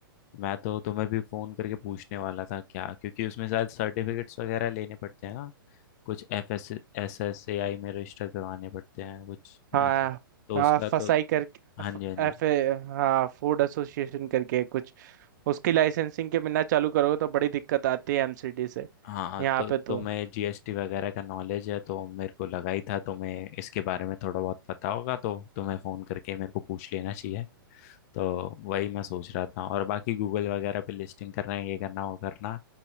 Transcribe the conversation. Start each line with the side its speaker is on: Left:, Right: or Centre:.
Left: मैं तो तुम्हें भी फोन करके पूछने वाला था क्या क्योंकि उसमें शायद सर्टिफिकेट्स वगैरह लेने पड़ते हैं ना कुछ F S S S A I में रजिस्टर करवाने पड़ते हैं कुछ
Right: हाँ
Left: ऐसे तो
Right: हाँ
Left: उसका तो
Right: फसाई करके
Left: हाँ
Right: एफ
Left: जी हाँ जी
Right: एफ- ए, हाँ फूड एसोसिएशन करके कुछ उसकी लाइसेंसिंग के बिना चालू करोगे तो बड़ी दिक्कत आती है एमसीडी से
Left: हाँ
Right: यहाँ
Left: तो
Right: पे तो
Left: तुम्हें जीएसटी वगैरह का नॉलेज है तो मेरे को लगा ही था तुम्हें इसके बारे में थोड़ा बहुत पता होगा तो तुम्हें फ़ोन करके मेरे को पूछ लेना चाहिए तो वही मैं सोच रहा था और बाकी गूगल वगैरह पे लिस्टिंग करना है ये करना वो करना